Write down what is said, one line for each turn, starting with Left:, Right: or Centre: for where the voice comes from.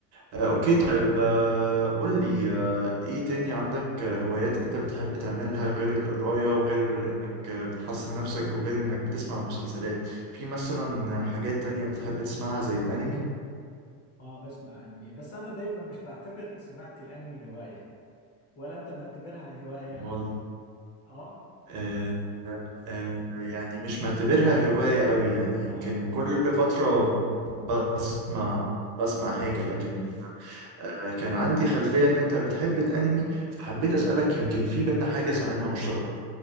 Right: آه اوكي طيب آه قول لي آه ايه تاني عندك آه، هوايات انت بتحب تعملها غير القراية وغير انك آه، بتحسن نفسك وغير انك بتسمع مسلسلات في مثلا حاجات تانية بتحب تسمعها زي الانمي
Left: اه بسمع انمي بس انا دايما مش بعتبر سماعة الانمي هواية ولا انت معتبرها هواية؟
Right: امال
Left: اه
Right: آه آه يعني مش معتبرها هواية قوي يعني يمكن
Left: اه
Right: كل فترة بسمع بسمع حاجة لكن آه، كان عندي خلفية إن أنت بتحب الأنمي فحبيت أسألك يمكن في بينا حاجة سامعينها مشتركة